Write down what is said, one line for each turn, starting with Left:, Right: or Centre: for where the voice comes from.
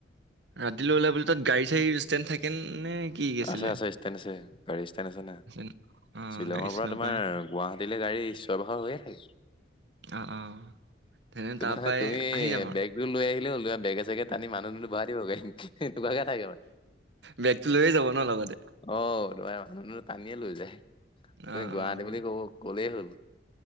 Right: ৰাতিলৈ ওলাবলে তাত গাড়ী চাড়ী ষ্টেণ্ড থাকে নে কি আছিলে?
Left: আছে আছে ষ্টেণ্ড আছে গাড়ী ষ্টেণ্ড আছে না
Right: ন? অ',
Left: শ্বিলঙৰ
Right: গাড়ী চিনি
Left: পৰা
Right: নাপায়
Left: তোমাৰ গুৱাহাটীলৈ গাড়ী চিঞৰ বাখৰ হৈয়ে থাকে
Right: অ অ তেনে
Left: তোমাৰ
Right: তাৰ পৰাই
Left: তুমি
Right: আহি যাম আৰু।
Left: বেগতো লৈ আহিলা হ'ল তোমাৰ বেগ চেগে টানি মানুহ দুনোহ বঢ়াই দিবগে এনেকাকে থাকে মানে
Right: বেগটো লৈয়ে যাব ন লগতে
Left: অ তোমাৰ মানুহো টানিয়ে লৈ যায় তুমি
Right: অ',
Left: গুৱাহাটী
Right: অ',
Left: বুলি ক'ব কলেই হ'ল